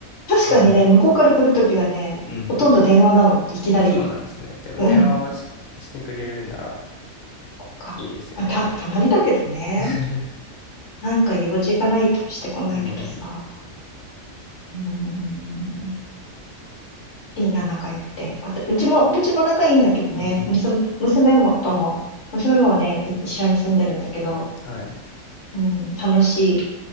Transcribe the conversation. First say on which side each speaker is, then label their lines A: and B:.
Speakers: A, on the left; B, on the left.
A: 確かにね、
B: うん。
A: 向こうから来るときはね、
B: うん。
A: ほとんど電話なの、いきなり。
B: あ、そうなんですね。でも電話はし、
A: うん。
B: してくれるなら
A: か、
B: いいですよね、
A: まあ、た、
B: でも。
A: たまにだけどね。
B: <laughs>
A: なんか用事がないとしてこないけどさ。
B: うん。
A: うん。リーナ仲良くて。わたうちも、うちも仲いいんだけどね、
B: うん。
A: 娘、娘もとも、娘もね、い一緒に住んでるんだけど、
B: はい。
A: うん、楽しい。